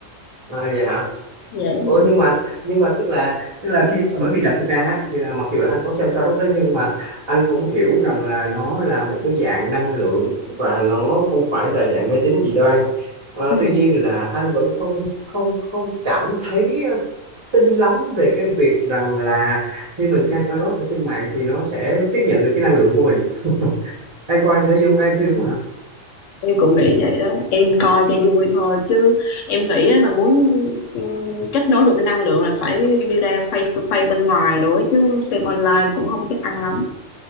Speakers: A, on the right; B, on the left.
A: À vậy hả?
B: Dạ đúng
A: Ủa
B: rồi.
A: nhưng mà nhưng mà tức là tức là khi bởi vì là thực ra á, thì là mặc dù là anh có xem tarot đấy nhưng mà anh cũng hiểu rằng là nó là một cái dạng năng lượng và nó không phải là dạng mê tín dị đoan. Ờ,
B: Ừ,
A: tuy nhiên là anh vẫn không không không cảm thấy tin lắm về cái việc rằng là khi mình xem tarot ở trên mạng thì nó sẽ tiếp nhận được cái năng lượng của mình. <laughs> Em coi em thấy vô em thấy đúng hả?
B: em cũng nghĩ vậy đó, em coi cho vui thôi chứ em nghĩ á, mà muốn ừ, kết nối được cái năng lượng là phải đi ra face to face bên ngoài nữa chứ xem online cũng không chắc ăn lắm.